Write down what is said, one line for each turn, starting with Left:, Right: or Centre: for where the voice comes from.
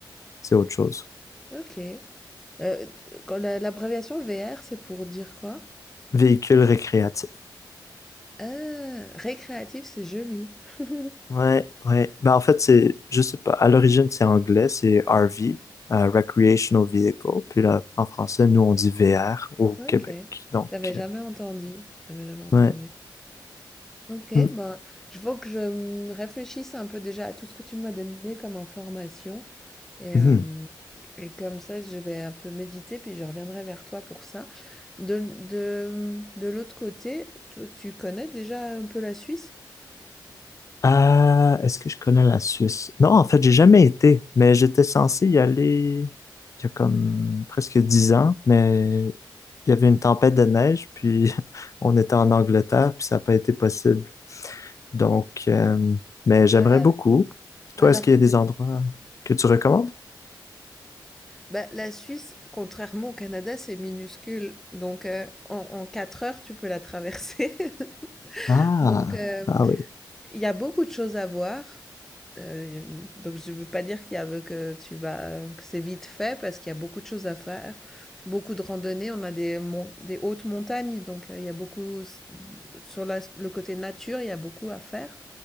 Left: c'est autre chose.
Centre: Ok. Euh, quand la- l'abréviation VR, c'est pour dire quoi?
Left: Véhicule récréatif.
Centre: Ah, récréatif, c'est joli. <laughs>
Left: Ouais, ouais. Ben, en fait, c'est, je sais pas, à l'origine, c'est anglais, c'est RV, euh, Recreational Vehicle. Puis là, en français, nous, on dit VR au
Centre: Ok.
Left: Québec. Donc,
Centre: J'avais jamais
Left: euh,
Centre: entendu. J'avais jamais entendu.
Left: ouais.
Centre: Ok,
Left: Mm,
Centre: ben, je faut que je hum, réfléchisse un peu déjà à tout ce que tu m'as donné comme information et,
Left: mhm.
Centre: euh, et comme ça je vais un peu méditer puis je reviendrai vers toi pour ça. De, de, de l'autre côté, toi, tu connais déjà un peu la Suisse?
Left: Ah, est-ce que je connais la Suisse? Non, en fait, j'ai jamais été, mais j'étais censé y aller il y a comme presque dix ans, mais il y avait une tempête de neige, puis <laughs> on était en Angleterre, puis ça n'a pas été possible. Donc, euh, mais j'aimerais
Centre: Ouais.
Left: beaucoup. Toi,
Centre: Alors
Left: est-ce qu'il y
Centre: que
Left: a des
Centre: tu
Left: endroits que tu recommandes?
Centre: Bah, la Suisse, contrairement au Canada, c'est minuscule. Donc, euh, en, en 4 heures, tu peux la traverser.
Left: Ah,
Centre: <laughs> Donc, euh,
Left: ah oui.
Centre: il y a beaucoup de choses à voir. Euh, donc, je ne veux pas dire qu'il y a, que tu vas, que c'est vite fait parce qu'il y a beaucoup de choses à faire. Beaucoup de randonnées. On a des, mon- des hautes montagnes. Donc, euh, il y a beaucoup, sur la- le côté nature, il y a beaucoup à faire